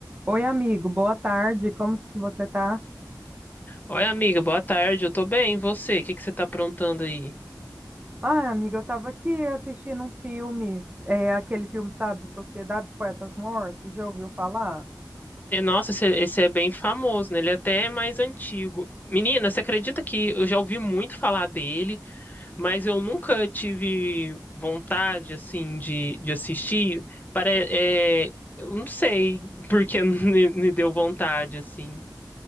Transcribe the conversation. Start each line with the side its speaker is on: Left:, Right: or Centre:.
Right: Oi, amigo, boa tarde, como que você tá?
Left: Oi, amiga, boa tarde. Eu tô bem, e você? O que que você tá aprontando aí?
Right: Ah, amiga, eu tava aqui assistindo um filme, é aquele filme, sabe, Sociedade dos Poetas Mortos, já ouviu falar?
Left: E, nossa, esse, esse é bem famoso, né? Ele é até é mais antigo. Menina, você acredita que eu já ouvi muito falar dele, mas eu nunca tive vontade, assim, de, de assistir? Para, é, eu não sei por que <laughs> me, me deu vontade, assim.